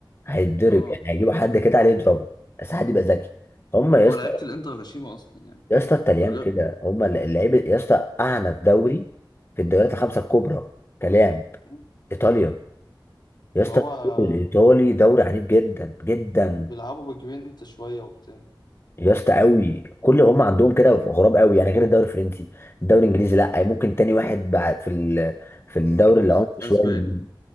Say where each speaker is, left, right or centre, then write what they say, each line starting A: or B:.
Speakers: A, on the left; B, on the left.
A: هيتضرب
B: اه
A: يعني هيجيبوا حد كده عليه يضربه بس حد يبقى ذكي هم يا
B: هو
A: اسطى
B: لعيبة الإنتر غشيمة أصلا يعني
A: يا اسطى الطليان
B: من غير
A: كده هم اللعيبه يا اسطى اعنف دوري في الدوريات الخمسه الكبرى كلام
B: مم.
A: ايطاليا يا اسطى
B: ما هو
A: الدوري
B: آه،
A: الايطالي دوري عنيف جدا جدا
B: بيلعبوا بجوينت شوية وبتاع
A: يا اسطى قوي كل هم عندهم كده غراب قوي يعني غير الدوري الفرنسي الدوري الانجليزي لا ممكن تاني واحد بعد في ال... في الدوري اللي
B: لا
A: عمق شويه
B: أسباني
A: الإنجليزي.